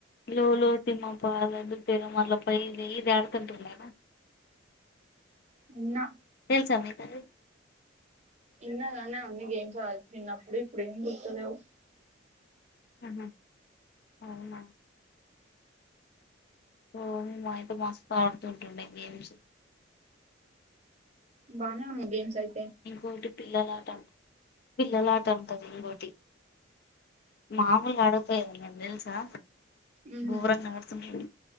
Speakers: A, on the left; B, on the right.
A: లో లో తిమా పరాదు రు మళ్ల పోయిది <unintelligible> కంటలవా
B: ఉన్నా
A: సమేతంగా
B: ఇన్నగానా అనగె <unintelligible> నిన్న అప్పుడు ఇప్పుడు ఏం గుర్తులేవు
A: ఆహ అవునా ఒ మాయితే మస్త ఆడుతూంటండే గేమ్స్
B: బానే ఉన్నాయి గేమ్స్ అయ్
A: ఇంకొకటి పిల్లల ఆట పిల్లల ఆట ఉంటది ఇంకోటి మామూలుగాడ పోయద తెల్సా
B: ఉహు
A: గూరంగాడుతుంట